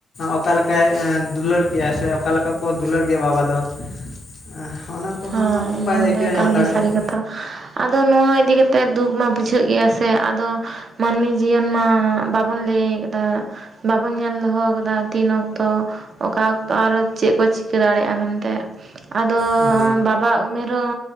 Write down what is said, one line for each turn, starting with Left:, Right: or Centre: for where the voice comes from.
Left: ᱚᱠᱟ ᱞᱮᱠᱟᱭ ᱫᱩᱞᱟᱹᱲ ᱠᱤᱭᱟ ᱥᱮ ᱚᱠᱟ ᱞᱮᱠᱟ ᱠᱚ ᱫᱩᱞᱟᱹᱲ ᱜᱮᱭᱟ ᱵᱟᱵᱟ ᱫᱚ ᱮᱸ ᱚᱱᱟ ᱠᱚᱦᱚᱸ
Right: ᱦᱳᱭ
Left: ᱵᱟᱭ
Right: ᱱᱚᱣᱟ
Left: ᱟᱹᱭᱠᱟᱹᱣ
Right: ᱫᱚ ᱮᱠᱟᱞ
Left: ᱧᱟᱢ
Right: ᱜᱮ
Left: ᱫᱟᱲᱮᱭᱟᱜᱼᱼᱟ᱾
Right: ᱥᱟᱹᱨᱤ ᱠᱟᱛᱷᱟ ᱟᱫᱚ ᱱᱚᱣᱟ ᱤᱫᱤ ᱠᱟᱛᱮ ᱫᱩᱠ ᱢᱟ ᱵᱩᱡᱷᱟᱹᱜ ᱜᱮᱭᱟ ᱥᱮ, ᱟᱫᱚ ᱢᱟᱹᱱᱢᱤ ᱡᱤᱭᱚᱱ ᱢᱟ ᱵᱟᱵᱚᱱ ᱞᱟᱹᱭ ᱠᱟᱫᱟ ᱵᱟᱵᱚᱱ ᱧᱮᱞ ᱫᱚᱦᱚ ᱠᱟᱫᱟ ᱛᱤᱱ ᱚᱠᱛᱚ ᱚᱠᱟ ᱚᱠᱛᱚ ᱟᱨ ᱪᱮᱫ ᱠᱚ ᱪᱤᱠᱟᱹ ᱫᱟᱲᱮᱭᱟᱜᱼᱟ ᱢᱮᱱ ᱛᱮᱫ, ᱟᱫᱚ
Left: ᱦᱳᱭ
Right: ᱵᱟᱵᱟᱜ ᱩᱢᱮᱨ ᱦᱚᱸ